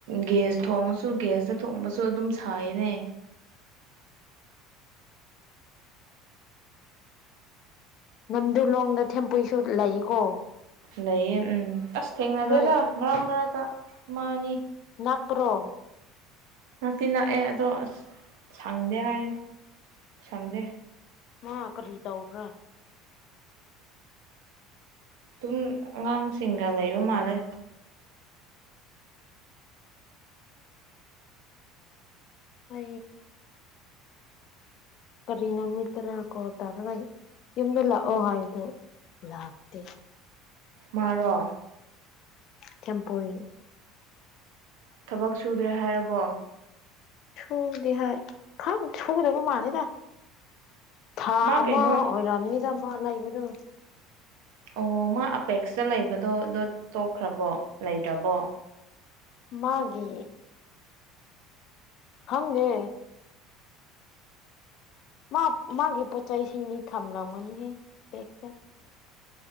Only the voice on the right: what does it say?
ꯒꯤꯁ ꯊꯣꯡꯉꯁꯨ ꯒꯁꯇ ꯊꯣꯡꯕꯁꯨ ꯑꯗꯨꯝ ꯁꯥꯏꯌꯦꯅꯦ
ꯂꯩꯌꯦ ꯎꯝ ꯊꯦꯡꯅꯗꯦꯗ
ꯃꯔꯛ ꯃꯔꯛꯇ ꯃꯥꯅꯤ
ꯉꯛꯇꯤ ꯅꯛꯑꯦ ꯑꯗꯣ ꯑꯁ ꯁꯪꯗꯦ ꯍꯥꯏ ꯁꯪꯗꯦ
ꯑꯗꯨꯝ ꯑꯉꯥꯡꯁꯤꯡꯒ ꯂꯩꯕ ꯃꯥꯜꯂꯦ
ꯃꯔ
ꯊꯕꯛ ꯁꯨꯗ꯭ꯔꯦ ꯍꯥꯏꯔꯕꯣ
ꯃꯥ
ꯀꯩꯅꯣ
ꯑꯣ ꯃꯥ ꯑꯄꯦꯛꯁꯇ ꯂꯩꯕꯗꯣ ꯑꯗꯨꯣ ꯇꯣꯛꯈ꯭ꯔꯕꯣ ꯂꯩꯗ꯭ꯔꯕꯣ